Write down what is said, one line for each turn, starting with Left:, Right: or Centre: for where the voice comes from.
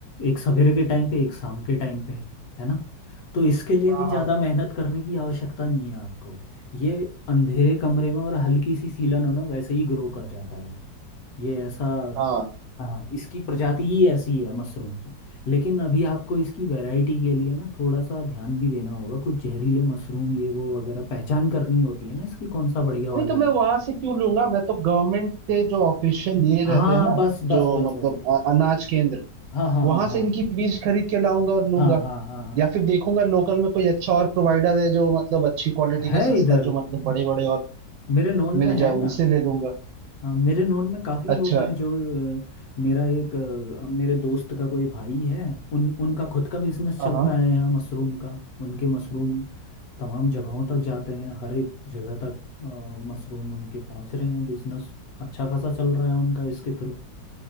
Left: एक सवेरे के टाइम पे एक शाम के टाइम पे है ना तो इसके लिए
Right: हाँ
Left: भी ज़्यादा
Right: हाँ हाँ
Left: मेहनत करने की आवश्यकता नहीं है आपको ये अंधेरे कमरे में और हल्की सी सीलन हो ना वैसे ही ग्रो कर जाता है ये ऐसा
Right: हाँ
Left: हाँ इसकी प्रजाति ही ऐसी है मशरूम की लेकिन अभी आपको इसकी वैरायटी के लिए ना थोड़ा सा ध्यान भी देना होगा कुछ जहरीले मशरूम ये वो वगैरह पहचान करनी होती है ना इसकी कौन सा बढ़िया वाला
Right: नहीं तो मैं
Left: है
Right: वहां से क्यों लूंगा मैं तो गवर्नमेंट के जो ऑफिशियल ये रहते
Left: हाँ
Right: हैं ना
Left: बस बस
Right: जो
Left: बस
Right: मतलब
Left: बस
Right: अ- अनाज केंद्र
Left: हाँ हाँ
Right: वहां
Left: हाँ हाँ
Right: से इनकी बीज खरीद के लाऊंगा और लूंगा
Left: हाँ हाँ हाँ
Right: या फिर देखूंगा लोकल में कोई अच्छा और प्रोवाइडर है जो मतलब अच्छी क्वालिटी
Left: हाँ है
Right: का सस्ता
Left: इधर
Right: जो मतलब बड़े बड़े और
Left: मेरे नोन
Right: मिल
Left: में है
Right: जाए
Left: ना
Right: उनसे ले लूंगा
Left: हाँ मेरे नोन में काफ़ी
Right: अच्छा
Left: लोग हैं जो अ, मेरा एक अ, मेरे दोस्त का कोई भाई है उन उनका खुद का बिजनेस
Right: हाँ
Left: चलता
Right: हाँ।
Left: है यहाँ मशरूम का उनके मशरूम तमाम जगहों तक जाते हैं हर एक जगह तक अ, मशरूम उनके पहुँच रहे हैं बिजनेस अच्छा खासा चल रहा है उनका इसके थ्रू